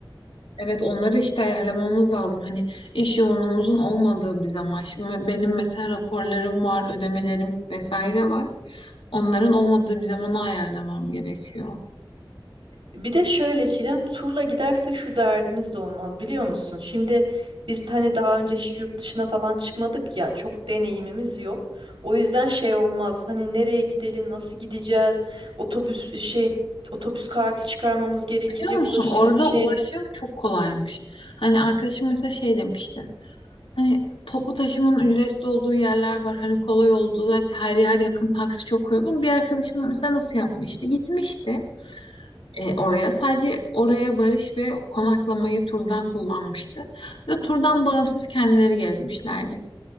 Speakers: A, on the left (about 80°); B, on the right (about 80°).
A: evet onları işte ayarlamamız lazım. Hani iş yoğunluğumuzun olmadığı bir zaman. Şimdi benim mesela raporlarım var, ödemelerim vesaire var. Onların olmadığı bir zamana ayarlamam gerekiyor.
B: Bir de şöyle Çiğdem, turla gidersek şu derdimiz de olmaz biliyor musun? Şimdi biz hani daha önce hiç yurt dışına falan çıkmadık ya, çok deneyimimiz yok. O yüzden şey olmaz. Hani nereye gidelim, nasıl gideceğiz? Otobüs şey otobüs kartı çıkarmamız gerekecek,
A: Biliyor musun
B: ulaşım
A: orada
B: için.
A: ulaşım çok kolaymış. Hani arkadaşım mesela şey demişti. Hani toplu taşımanın ücretsiz olduğu yerler var. Hani kolay olduğu zaten her yer yakın taksi çok uygun. Bir arkadaşım da mesela nasıl yapmıştı? Gitmişti. e, oraya. Sadece oraya varış ve konaklamayı turdan kullanmıştı. Ve turdan bağımsız kendileri gelmişlerdi.